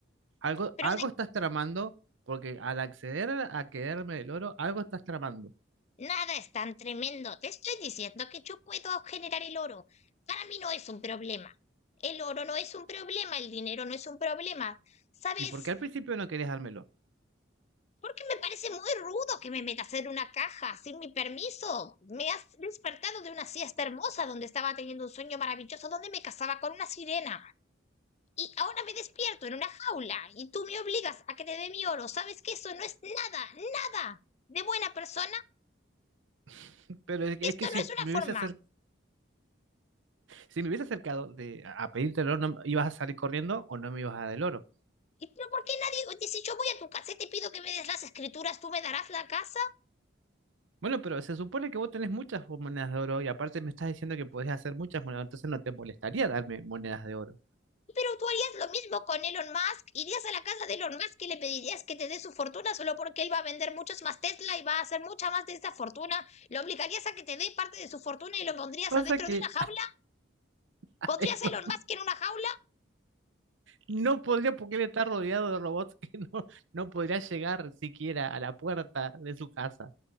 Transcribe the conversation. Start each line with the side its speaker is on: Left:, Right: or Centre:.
Right: Algo,
Left: Pero
Right: algo
Left: de
Right: estás tramando, porque al acceder a quedarme el oro, algo estás tramando.
Left: nada es tan tremendo. Te estoy diciendo que yo puedo generar el oro. Para mí no es un problema. El oro no es un problema, el dinero no es un problema. ¿Sabes?
Right: ¿Y por qué al principio no querías dármelo?
Left: Porque me parece muy rudo que me metas en una caja sin mi permiso. Me has despertado de una siesta hermosa donde estaba teniendo un sueño maravilloso donde me casaba con una sirena. Y ahora me despierto en una jaula y tú me obligas a que te dé mi oro. ¿Sabes que eso no es nada, nada de buena persona?
Right: <laughs> Pero es que,
Left: Esto
Right: es que si
Left: no es una
Right: me
Left: forma.
Right: hubiese acer- Si me hubiese acercado de, a pedirte el oro, ¿no, ¿ibas a salir corriendo o no me ibas a dar el oro?
Left: ¿Y pero por qué nadie dice yo voy a tu casa y te pido que me des las escrituras, tú me darás la casa?
Right: Bueno, pero se supone que vos tenés muchas monedas de oro y aparte me estás diciendo que podés hacer muchas monedas, entonces no te molestaría darme monedas de oro.
Left: Pero tú harías lo mismo con Elon Musk. Irías a la casa de Elon Musk y le pedirías que te dé su fortuna solo porque él va a vender muchos más Tesla y va a hacer mucha más de esa fortuna. Lo obligarías a que te dé parte de su fortuna y lo pondrías
Right: Pasa
Left: adentro
Right: que
Left: de una jaula.
Right: <laughs> a
Left: ¿Pondrías
Right: él lo-
Left: a Elon Musk en una jaula?
Right: no podría, porque él está rodeado de robots <laughs> que no, no podría llegar siquiera a la puerta de su casa.